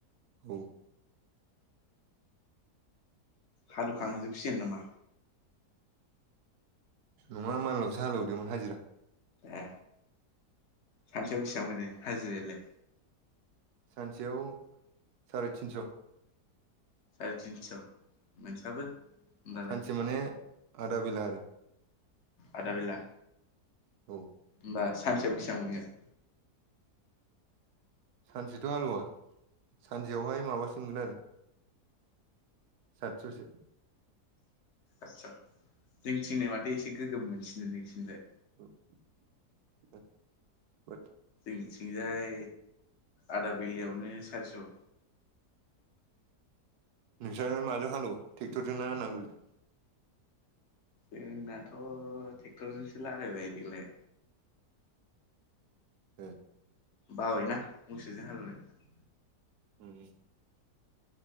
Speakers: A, on the right; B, on the left.
A: औ।
B: हालुखांजोबसिगोन नामा?
A: नङा मालनावसो हालेवदोंमोन हाजिरा।
B: ए सानसेयाव बेसेबां मोनो हाजिरायालाय।
A: सानसेयाव साराय तिनस'।
B: साराय तिनस' मोनसाबो। होमबालाय
A: सानसे माने आदा बेला आरो।
B: आदा बेला
A: औ
B: होमबा सानसेयाव बेसेबां मोनहैगोन?
A: सानसेथ' हालेवा सानसेयावहाय माबासो मोनो आरो। सातस'सो।
B: आतसा जोंनिथिं माथो एसे गोगोम मोनसिनो नोंसिनिफाय
A: <inaudible>
B: जोंनिथिंजाय आदाबेलायावनो सारिस'।
A: नोंसालाय माजों हालेवो ट्रेक्टरजोंना नांगोल जों।
B: जोंनाथ' ट्रेक्टरजोंसो लागायबाय देग्लाय।
A: ए
B: बाबायना मोसौजों हालौवनो
A: ओम